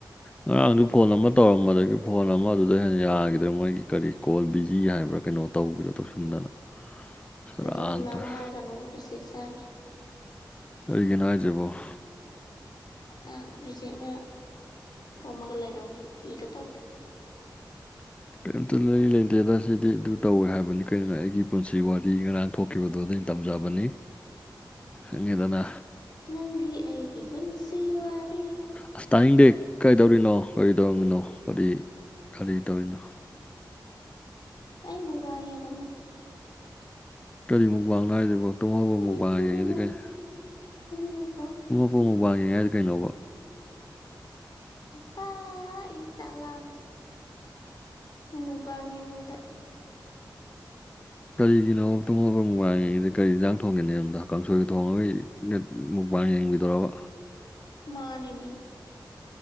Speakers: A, on the left (about 15°); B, on the left (about 60°).
A: ꯉꯔꯥꯡꯗꯨ ꯐꯣꯟ ꯑꯃ ꯇꯧꯔꯝꯕꯗꯒꯤ ꯐꯣꯟ ꯑꯃꯗꯨꯗ ꯍꯦꯟꯅ ꯌꯥꯈꯤꯗ꯭ꯔꯦ ꯃꯣꯏꯒꯤ ꯀꯔꯤ ꯀꯣꯜ ꯕꯤꯖꯤ ꯍꯥꯏꯕ꯭ꯔꯥ ꯀꯩꯅꯣ ꯇꯧꯕꯤꯗꯣ ꯇꯧꯁꯤꯟꯗꯅ ꯁꯦꯔꯥꯟ
B: ꯑꯗꯨꯒꯨꯝꯕ ꯃꯌꯥꯝ
A: ꯇꯨꯔꯥꯟ
B: ꯍꯥꯏꯒꯅꯨ ꯑꯃꯨꯛ ꯔꯤꯖꯦꯛ ꯆꯥꯅꯤ
A: ꯀꯔꯤꯒꯤꯅꯣ ꯍꯥꯏꯖꯤꯕꯣ
B: ꯑ ꯔꯤꯖꯦꯛꯅ ꯌꯣꯝꯃꯒ ꯂꯩꯔꯕꯅꯦ ꯀꯤꯗ ꯇꯧꯅꯨ
A: ꯀꯔꯤꯝꯇ ꯂꯩꯔꯤ ꯂꯩꯇꯦꯗ ꯁꯤꯗꯤ ꯑꯗꯨ ꯇꯧꯋꯦ ꯍꯥꯏꯕꯅꯤ ꯀꯔꯤꯒꯤꯅꯣ ꯑꯩꯒꯤ ꯄꯨꯟꯁꯤ ꯋꯥꯔꯤ ꯉꯔꯥꯡ ꯊꯣꯛ ꯊꯣꯛꯈꯤꯕꯗꯨ ꯑꯗꯨꯒꯤ ꯇꯝꯖꯕꯅꯤ ꯈꯪꯉꯦꯗꯅ
B: ꯅꯪꯒꯤ ꯑꯩꯒꯤ ꯄꯨꯟꯁꯤ ꯋꯥꯔꯤ
A: ꯑꯁ ꯇꯥꯅꯤꯡꯗꯦ ꯀꯔꯤꯗꯧꯔꯤꯅꯣ ꯀꯔꯤ ꯇꯧꯔꯝꯃꯤꯅꯣ ꯀꯔꯤ ꯀꯔꯤ ꯇꯧꯔꯤꯅꯣ
B: ꯑꯩ ꯃꯨꯛꯕꯥꯡ ꯌꯦꯡꯉꯝꯕꯅꯤ
A: ꯀꯔꯤ ꯃꯨꯛꯕꯥꯡꯅꯣ ꯍꯥꯏꯁꯤꯕꯣ ꯇꯨꯝꯍꯧꯕ ꯃꯨꯛꯕꯥꯡ
B: ꯃꯤꯠꯈꯨꯕꯤ
A: ꯌꯦꯡꯉꯤꯁꯤ ꯀꯩꯅꯣ
B: ꯃꯨꯛꯕꯥꯡ
A: ꯍꯣꯡ ꯃꯨꯛꯕꯥꯡꯅꯦ ꯍꯥꯏꯖꯦ ꯀꯩꯅꯣꯕ
B: ꯄ ꯑ ꯑꯩ ꯆꯥꯛ ꯂꯥꯝꯃꯦ ꯃꯨꯛꯕꯥꯡ ꯌꯦꯡꯉꯨꯕꯗꯒꯤ
A: ꯀꯔꯤꯒꯤꯅꯣꯕ ꯇꯨꯝ ꯍꯧꯒꯠꯄꯒ ꯃꯨꯛꯕꯥꯥꯡ ꯌꯦꯡꯉꯤꯗꯤ ꯀꯔꯤ ꯏꯟꯖꯥꯡ ꯊꯣꯡꯒꯦ ꯅꯌꯨꯝꯗ ꯀꯥꯡꯁꯣꯏꯒ ꯊꯣꯡꯉꯒ ꯌꯦ ꯒ ꯃꯨꯛ <unintelligible> ꯌꯦꯡꯕꯤꯗꯣꯔꯕ
B: ꯃꯥꯅꯤꯃꯤ